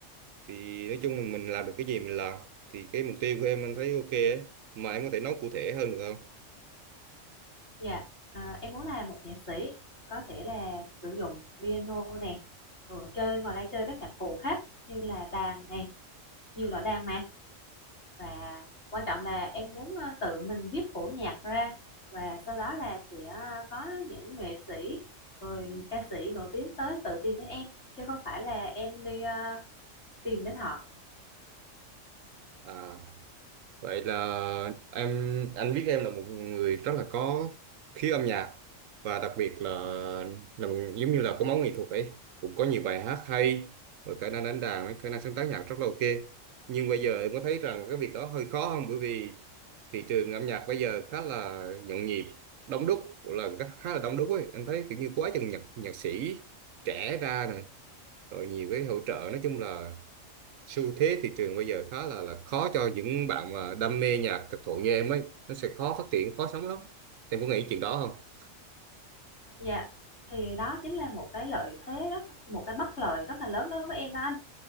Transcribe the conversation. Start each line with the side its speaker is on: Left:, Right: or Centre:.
Right: thì nói chung là mình làm được cái gì mình làm thì cái mục tiêu của em anh thấy ok ấy mà em có thể nói cụ thể hơn được không
Left: dạ à, em muốn là một nhạc sĩ có thể là sử dụng piano nè rồi chơi ngoài ra chơi các nhạc cụ khác như là đàn nè nhiều loại đàn mà và quan trọng là em muốn ờ, tự mình viết phổ nhạc ra và sau đó là sẽ ờ, có những nghệ sĩ rồi ca sĩ nổi tiếng tới tự tìm đến em chứ không phải là em đi ờ, tìm đến họ
Right: à Vậy là em anh biết em là một người rất là có khí âm nhạc và đặc biệt là là một, giống như là có máu nghệ thuật ấy cũng có nhiều bài hát hay rồi khả năng đánh đàn ấy, khả năng sáng tác nhạc rất là ok nhưng bây giờ em có thấy rằng cái việc đó hơi khó không bởi vì thị trường âm nhạc bây giờ khá là nhộn nhịp đông đúc là khá khá là đông đúc ấy anh thấy kiểu như quá chừng nhạc nhạc sĩ trẻ ra này rồi nhiều cái hỗ trợ nói chung là xu thế thị trường bây giờ khá là là khó cho những bạn mà đam mê nhạc thực thụ như em ấy nó sẽ khó phát triển khó sống lắm em có nghĩ chuyện đó không
Left: dạ thì đó chính là một cái lợi thế rất một cái bất lợi rất là lớn đối với em đó anh